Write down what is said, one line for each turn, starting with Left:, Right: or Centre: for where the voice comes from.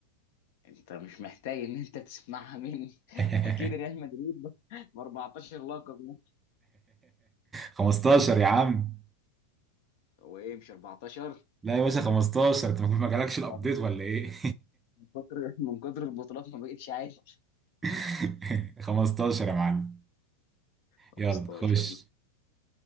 Left: أنت مش محتاج إن أنت تسمعها مني <laughs>
Right: <laughs>
Left: أكيد ريال مدريد ب 14 لقب يعني.
Right: 15 يا عم
Left: هو إيه مش 14
Right: لا يا باشا 15 انت ما جالكش الابديت
Left: من
Right: ولا ايه
Left: كتر من كتر البطولات ما بقتش عايش
Right: <laughs> 15 يا معلم
Left: 15
Right: يلا خش